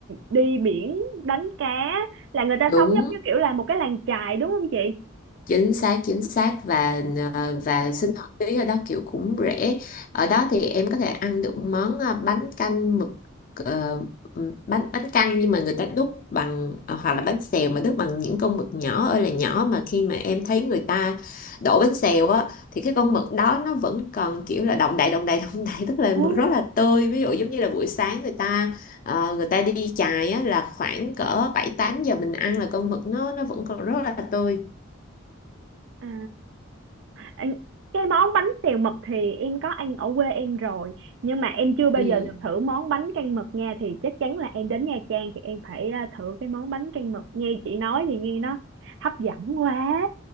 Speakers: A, on the right; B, on the left.
A: đi biển đánh cá là người ta
B: đúng
A: sống giống như kiểu là một cái làng chài đúng không chị?
B: chính xác chính xác và ờ, và sinh hoạt phí ở đó kiểu cũng rẻ ở đó thì em có thể ăn được món ờ, bánh canh mực ờ, ừm, bánh bánh căn nhưng mà người ta đúc bằng ờ, hoặc là bánh xèo mà đúc bằng những con mực nhỏ ơi là nhỏ mà khi mà em thấy người ta đổ bánh xèo á thì cái con mực đó nó vẫn còn kiểu là động đậy động đậy <laughs> động đậy tức là
A: Ừ.
B: mực rất là tươi ví dụ giống như là buổi sáng người ta ờ, người ta đi chài á là khoảng cỡ bảy tám giờ mình ăn là con mực nó nó vẫn còn rất là tươi
A: À, anh- cái món bánh xèo mực thì em có ăn ở quê em rồi nhưng mà em chưa bao
B: ừ
A: giờ được thử món bánh canh mực nha thì chắc chắn là em đến Nha Trang thì em phải à, thử cái món bánh canh mực nghe chị nói thì nghe nó hấp dẫn quá